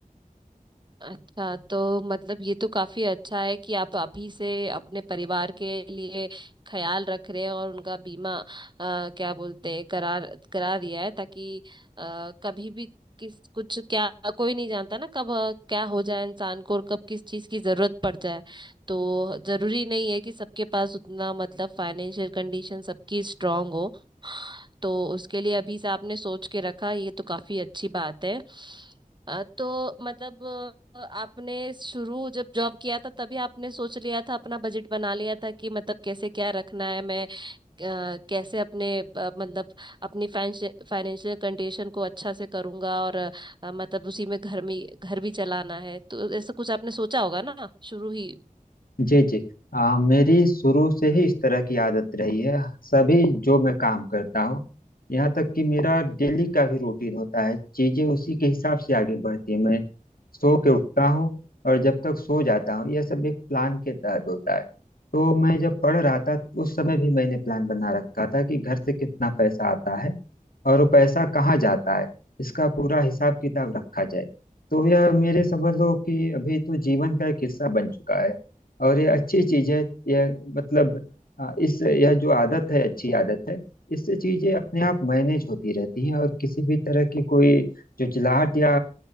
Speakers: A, on the right; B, on the left.
A: अच्छा तो मतलब ये तो काफी अच्छा है कि आप अभी से अपने परिवार के लिए ख्याल रख रहे हैं और उनका बीमा अ, क्या बोलते हैं करार करा दिया है ताकि आ, कभी भी किस कुछ क्या कोई नहीं जानता ना कब अ, क्या हो जाए इंसान को और कब किस चीज की जरूरत पड़ जाए तो जरूरी नहीं है कि सबके पास उतना मतलब फाइनेंशियल कंडीशन सबकी स्ट्रांग हो तो उसके लिए अभी से आपने सोच के रखा ये तो काफी अच्छी बात है अ, तो मतलब अ, आपने शुरू जब जॉब किया था तभी आपने सोच लिया था अपना बजट बना लिया था कि मतलब कैसे क्या रखना है मैं अ, कैसे अपने अ, मतलब अपनी फाइनेंशियल कंडीशन को अच्छा से करूंगा और अ, मतलब उसी में घर में घर भी चलाना है तो ऐसा कुछ आपने सोचा होगा ना शुरू ही
B: जी जी आ, मेरी शुरू से ही इस तरह की आदत रही है सभी जो मैं काम करता हूँ यहाँ तक कि मेरा डेली का भी रूटीन होता है चीजें उसी के हिसाब से आगे बढ़ती है मैं सो के उठता हूँ और जब तक सो जाता हूँ यह सब एक प्लान के तहत होता है तो मैं जब पढ़ रहा था उस समय भी मैंने प्लान बना रखा था कि घर से कितना पैसा आता है और वो पैसा कहाँ जाता है इसका पूरा हिसाब किताब रखा जाए तो यह मेरे समझ लो कि अभी तो जीवन का एक हिस्सा बन चुका है और ये अच्छी चीज है यह मतलब हाँ, इस यह जो आदत है अच्छी आदत है इससे चीजें अपने आप मैनेज होती रहती हैं और किसी भी तरह की कोई चुचलाहट या